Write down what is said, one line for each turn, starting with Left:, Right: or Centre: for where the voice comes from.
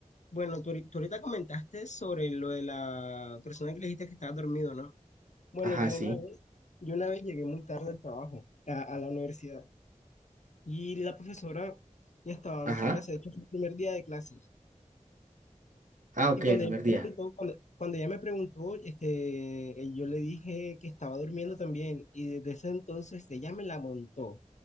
Left: Bueno, tú, ahori- tú ahorita comentaste sobre lo de la persona que le dijiste que estaba dormido, ¿no? Bueno,
Right: Ajá,
Left: yo
Right: sí.
Left: una vez, yo una vez llegué muy tarde al trabajo, a, a la universidad, y la profesora ya estaba dando
Right: Ajá.
Left: su clase, de hecho fue el primer día de clases.
Right: Ah, ok,
Left: Y cuando
Right: el primer
Left: ella me
Right: día.
Left: preguntó, cuando, cuando ella me preguntó, este, eh, yo le dije que estaba durmiendo también, y desde ese entonces ella me la montó,